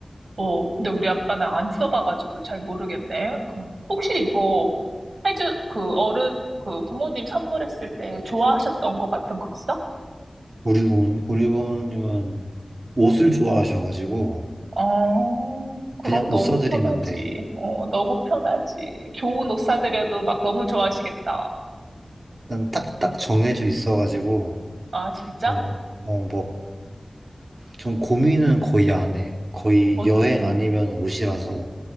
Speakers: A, on the right (about 80°); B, on the right (about 45°).
A: 어, 근데 우리 아빠는 안 써봐가지고 잘 모르겠네. 그 혹시 뭐, 해주, 그 어른, 그 부모님 선물했을 때 좋아하셨던 거 같은 거 있어?
B: 우리 부모, 우리 부모님은 옷을 좋아하셔가지고,
A: 어, 그럼
B: 그냥
A: 너무
B: 옷 사드리면
A: 편하지.
B: 돼.
A: 어, 너무 편하지. 좋은 옷 사드려도 막 너무 좋아하시겠다.
B: 난 딱, 딱 정해져 있어가지고,
A: 아, 진짜?
B: 뭐, 어, 뭐, 좀 고민은 거의 안 해. 거의
A: 뭐,
B: 여행
A: 음,
B: 아니면 옷이라서,